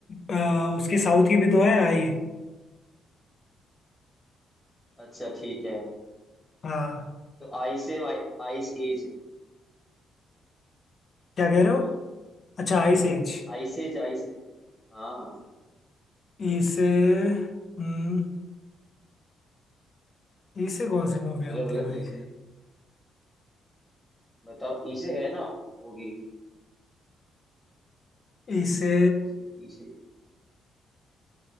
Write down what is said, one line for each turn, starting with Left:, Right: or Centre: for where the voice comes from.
Left: अ, उसकी साउथ की भी तो है आई
Centre: अच्छा ठीक है
Left: हाँ
Centre: तो आई से वाई आइस एज है
Left: क्या कह रहे हो अच्छा आई से एच
Centre: Ice Age Ice Age हाँ
Left: ई से हम्म ई से कौन सी मूवी
Centre: बोलो
Left: होती
Centre: बोलो
Left: है भाई
Centre: ई से बताओ ई से है ना होगी
Left: ई से
Centre: ई से ई से